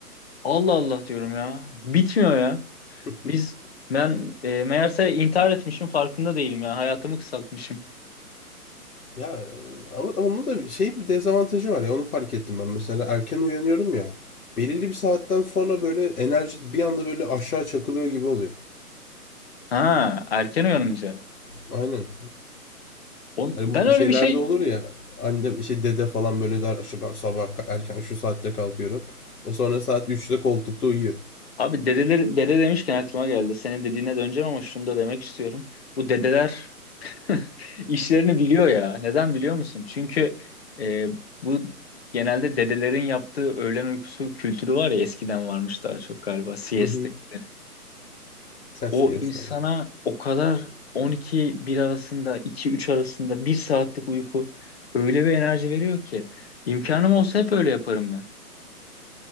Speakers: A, on the left; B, on the left.
A: Allah Allah diyorum ya. Bitmiyor ya.
B: <laughs>
A: Biz ben e, meğerse intihar etmişim farkında değilim ya. Hayatımı kısaltmışım.
B: Ya e, ama, ama onun da bir- şey bir dezavantajı var ya onu fark ettim ben. Mesela erken uyanıyorum ya. Belirli bir saatten sonra böyle enerji bir anda böyle aşağı çakılıyor gibi oluyor.
A: Ha, erken uyanınca.
B: Aynen.
A: On,
B: Hani
A: ben
B: bu
A: öyle
B: şeylerde
A: bir şey
B: olur ya anne şey dede falan böyle der işte ben sabah ka- erken şu saatte kalkıyorum. E sonra saat üçte koltukta uyuyor.
A: Abi dedeler, dede demişken aklıma geldi. Senin dediğine döneceğim ama şunu da demek istiyorum. Bu dedeler <laughs> İşlerini biliyor ya. Neden biliyor musun? Çünkü e, bu genelde dedelerin yaptığı öğlen uykusu kültürü var ya eskiden varmış daha çok galiba siesta
B: <laughs>
A: işleri.
B: Ses
A: O
B: CS'de
A: insana
B: aynı.
A: o kadar 12-1 arasında 2-3 arasında bir saatlik uyku öyle bir enerji veriyor ki imkanım olsa hep öyle yaparım ben.